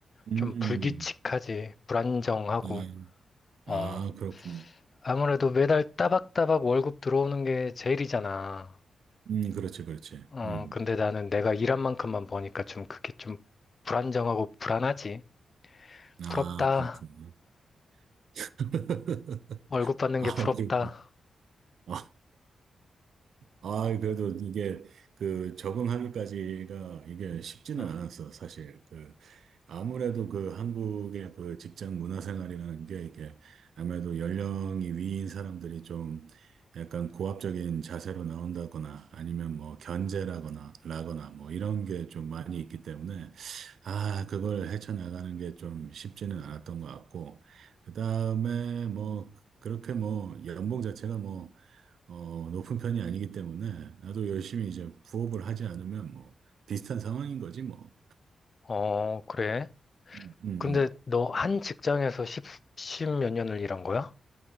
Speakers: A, on the right; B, on the left.
A: 음,
B: 좀 불규칙하지, 불안정하고,
A: 예.
B: 어,
A: 아, 그렇군.
B: 아무래도 매달 따박따박 월급 들어오는 게 제일이잖아.
A: 음, 그렇지, 그렇지.
B: 어,
A: 음,
B: 근데 나는 내가 일한 만큼만 버니까 좀 그게 좀 불안정하고 불안하지. 부럽다.
A: 아, 그렇군요. <laughs>
B: 월급 받는
A: 아,
B: 게 부럽다.
A: 그렇군. 아, 아, 그래도 이게 그 적응하기까지가 이게 쉽지는
B: 응.
A: 않았어, 사실. 그 아무래도 그 한국의 그 직장 문화 생활이라는 게 이게 아무래도 연령이 위인 사람들이 좀 약간 고압적인 자세로 나온다거나 아니면 뭐 견제라거나 라거나 뭐 이런 게 좀 많이 있기 때문에 아, 그걸 헤쳐나가는 게 좀 쉽지는 않았던 것 같고 그다음에 뭐 그렇게 뭐 연봉 자체가 뭐 어, 높은 편이 아니기 때문에 나도 열심히 이제 부업을 하지 않으면 뭐 비슷한 상황인 거지 뭐.
B: 어, 그래?
A: 음, 음.
B: 근데 너 한 직장에서 십, 십몇 년을 일한 거야?